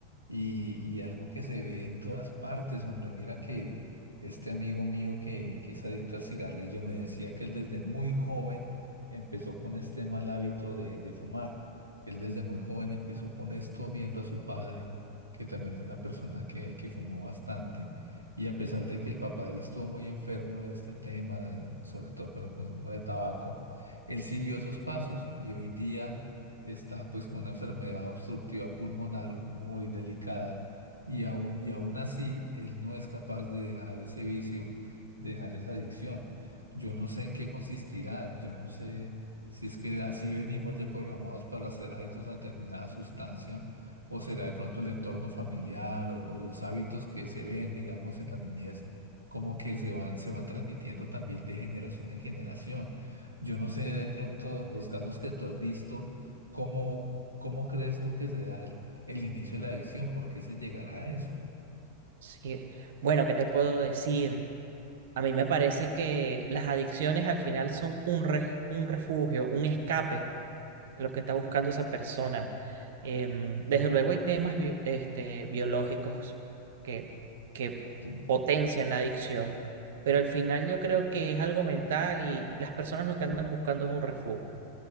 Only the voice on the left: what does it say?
y, y algo que se ve en todas partes, hombre. Mira que este amigo mío que, que es adicto al cigarrillo me decía que él desde muy joven empezó con este mal hábito de, de fumar. Él desde muy joven empezó con esto viendo a su padre, que también fue una persona que, que fumó bastante. Y a pesar de que el papá de él estuvo muy enfermo de este tema, sobre todo por el consumo de tabaco, él siguió esos pasos y hoy día está pues con una enfermedad obstructiva pulmonar muy delicada y aún, y aún así él no es capaz de dejar ese vicio, de dejar esa adicción. Yo no sé en qué consistirá, yo no sé si es que así venimos ya programados para ser adictos a determinada sustancia o será de pronto el entorno familiar o, o los hábitos que se ven, digamos, en la niñez. como que se van, se van transmitiendo también de generación en generación. Yo no sé de pronto los casos que tú has visto, ¿Cómo, cómo crees tú que se da el el inicio de la adicción? ¿Por qué se llegará a eso?
Sí,